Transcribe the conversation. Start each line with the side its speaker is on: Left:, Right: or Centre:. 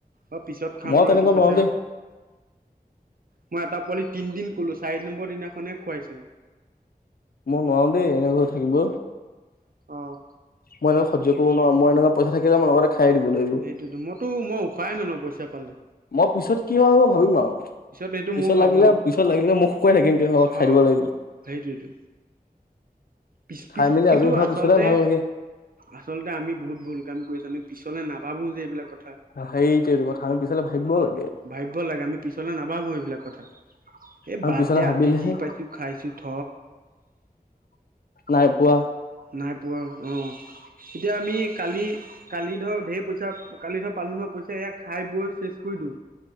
Right: অ পিছত খাম
Left: মই
Right: ৰ
Left: তেনেকুৱা
Right: এইটো পইচা
Left: নোৱাৰো দেই
Right: মই এটা পোৱালি তিনদিন কলো চাৰি নম্বৰ দিনাখনে খুৱাইছে।
Left: মই নোৱাৰোও দেই এনেকৈ থাকিব।
Right: মোক।
Left: মই এনেকৈ সহ্য কৰিব নোৱাৰো মই এনেকোৱা পইচা থাকেই লগতে খাই দিব লাগিব
Right: সেইটোতো মইতো মই উশাহাই নলওঁ পইচা পালে।
Left: মই পিছত কি হয় সেইবোৰ ভাবিম আৰু
Right: সেইটো
Left: পিছত
Right: ময়ো ভাবো
Left: লাগিলে পিছত লাগিলে মোক শুকুৱাই থাকিম কিন্তু লগত খাই
Right: অ',
Left: দিব লাগিব।
Right: সেইটোৱেতো পিছ
Left: খাই
Right: পিছ
Left: মেলি
Right: কিন্তু
Left: আজৰি হোৱাৰ
Right: আচলতে
Left: পিছতহে ভাল লাগে
Right: আচলতে আমি বহুত ভুল কাম কৰিপিনে পিছ নাভাবো যে এইবিলাক কথা
Left: সেইটোৱেটো কথা আমি পিছলে ভাবিব লাগে
Right: ভাবিব লাগে আমি পিছলে নাভাবো সেইবিলাক কথা এই
Left: আমি
Right: বাদ
Left: পিছলে
Right: দে
Left: ভাবিলেহে
Right: আজি যি পাইছো খাইছো থ।
Left: নাই পোৱা।
Right: নাই পোৱা অ এতিয়া আমি কালি কালি ধৰ ঢেৰ পইচা কালি পালো ন পইচা এয়া খাই বৈ চেচ কৰি দিওঁ।